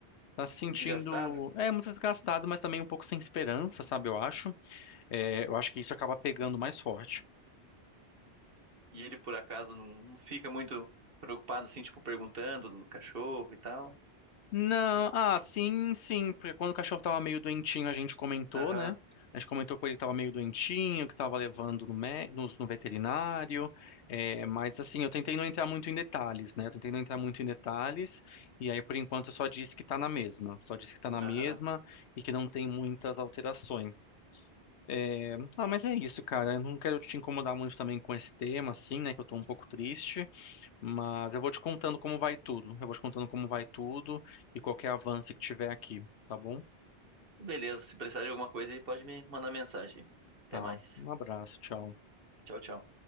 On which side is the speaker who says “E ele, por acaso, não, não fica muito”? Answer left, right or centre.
Right